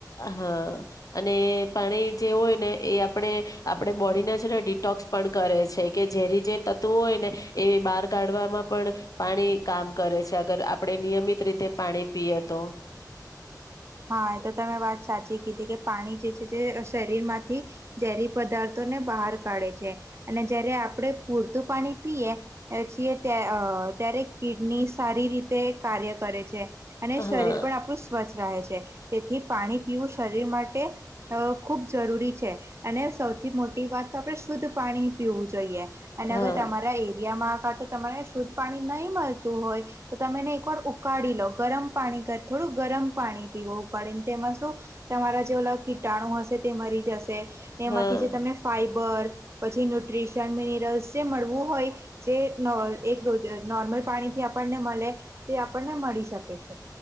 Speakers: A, on the left; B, on the right.
A: હા. અને પાણી જે હોયને એ આપડે આપડે બોડીના છેને ડિટોક્સ પણ કરે છે. કે ઝેરી જે તત્વો હોયને એ બાર કાઢવામાં પણ પાણી કામ કરે છે અગર આપ આપડે નિયમિત રીતે પાણી પીએ તો
B: હા એતો તમે વાત સાચી કીધી કે પાણી જે છે તે શરીર માંથી ઝેરી પદાર્થો ને બહાર કાઢે છે અને જયારે આપડે પૂરતું પાણી પીએ છીએ ત્યા અ ત્યારે કિડની સારી રીતે કાર્ય કરે છે અને
A: હા
B: શરીર પણ આપણું સ્વચ્છ રહે છે. તેથી પાણી પીવું શરીર માટે અ ખૂબ જરૂરી છે અને સૌથી મો એક વાત તો આપરે શુદ્ધ પાણી પીવું જોઈએ અને
A: હા
B: અગર તમારા એરિયામાં હતો તમારે શુદ્ધ પાણી નય મળતું હોય તો તમે એને એક વાર ઉકાળીલો ગરમ પાણી કર થોડું ગરમ પાણી પીવું પડે તેમાં શું તમારા જેઓ કીટાણું હશે તે મરી જશ એમાંથી
A: હા
B: જે તમને ફાઈબર પછી ન્યુટ્રીશન, મિનિરલ્સ જે મળવું હોય જે અ એક નોર્મલ પાણી આપણને મલે તે આપણને મળી શકે છે.